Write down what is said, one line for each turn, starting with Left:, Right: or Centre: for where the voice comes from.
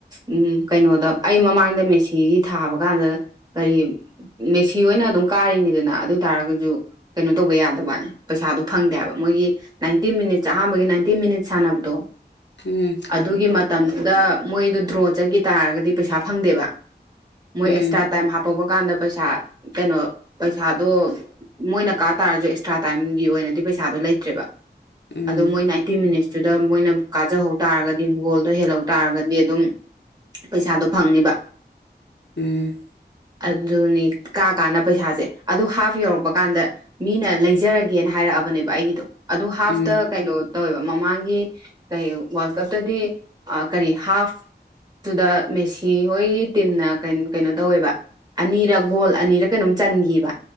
Right: ꯎꯝ ꯀꯩꯅꯣꯗ ꯑꯩ ꯃꯃꯥꯡꯗ ꯃꯦꯁꯤꯒꯤ ꯊꯥꯕ ꯀꯥꯟꯗ ꯀꯔꯤ ꯃꯦꯁꯤ ꯍꯣꯏꯅ ꯑꯗꯨꯝ ꯀꯥꯔꯤꯅꯤꯗꯅ ꯑꯗꯨ ꯑꯣꯏ ꯇꯔꯥꯒꯖꯨ ꯀꯩꯅꯣ ꯇꯧꯕ ꯌꯥꯗꯕꯅꯦ ꯄꯩꯁꯥꯗꯣ ꯐꯪꯗꯦꯕ ꯃꯣꯏꯒꯤ ꯅꯥꯏꯟꯇꯤ ꯃꯤꯅꯤꯠꯁ ꯑꯍꯥꯟꯕꯒꯤ ꯅꯥꯏꯟꯇꯤ ꯃꯤꯅꯤꯠ ꯁꯥꯟꯅꯕꯗꯣ
Left: ꯎꯝ
Right: ꯑꯗꯨꯒꯤ ꯃꯇꯝꯗꯨꯗ ꯃꯣꯏꯗꯣ ꯗ꯭ꯔꯣ ꯆꯠꯈꯤ ꯇꯥꯔꯒꯗꯤ ꯄꯩꯁꯥ ꯐꯪꯗꯦꯕ ꯃꯣꯏ
Left: ꯎꯝ
Right: ꯑꯦꯛꯁꯇ꯭ꯔꯥ ꯇꯥꯏꯝ ꯍꯥꯞꯄꯛꯄ ꯀꯥꯟꯗ ꯄꯩꯁꯥ ꯀꯩꯅꯣ ꯄꯩꯁꯥꯗꯣ ꯃꯣꯏꯅ ꯀꯥ ꯇꯥꯔꯁꯨ ꯑꯦꯛꯁꯇ꯭ꯔꯥ ꯇꯥꯏꯝꯒꯤ ꯑꯣꯏꯅꯗꯤ ꯄꯩꯁꯥꯗꯣ ꯂꯩꯇ꯭ꯔꯦꯕ
Left: ꯎꯝ
Right: ꯑꯗꯣ ꯃꯣꯏ ꯅꯥꯏꯠꯇꯤ ꯃꯤꯅꯤꯠꯁꯇꯨꯗ ꯃꯣꯏꯅ ꯀꯥꯖꯍꯧ ꯇꯥꯔꯒꯗꯤ ꯒꯣꯜꯗꯣ ꯍꯦꯜꯍꯧ ꯇꯥꯔꯒꯗꯤ ꯑꯗꯨꯝ ꯄꯩꯁꯥꯗꯣ ꯐꯪꯅꯤꯕ
Left: ꯎꯝ
Right: ꯑꯗꯨꯅꯤ ꯀꯥꯀꯥꯟꯗ ꯄꯩꯁꯥꯖꯦ ꯑꯗꯨ ꯍꯥꯐ ꯌꯧꯔꯛꯄ ꯀꯥꯟꯗ ꯃꯤꯅ ꯂꯩꯖꯔꯒꯦꯅ ꯍꯥꯏꯔꯛꯑꯕꯅꯦꯕ ꯑꯩꯒꯤꯗꯣ ꯑꯗꯨ ꯍꯥꯐꯇ
Left: ꯎꯝ ꯎꯝ
Right: ꯀꯩꯅꯣ ꯇꯧꯋꯦꯕ ꯃꯃꯥꯡꯒꯤ ꯀꯔꯤ ꯋꯥꯔꯜ ꯀꯞꯇꯗꯤ ꯀꯔꯤ ꯍꯥꯐ ꯇꯨꯗ ꯃꯦꯁꯤ ꯍꯣꯏ ꯇꯤꯝꯅ ꯀꯩꯅꯣ ꯇꯧꯋꯦꯕ ꯑꯅꯤꯔ ꯒꯣꯜ ꯑꯅꯤꯔ ꯀꯩꯅꯣꯝ ꯆꯟꯒꯤꯕ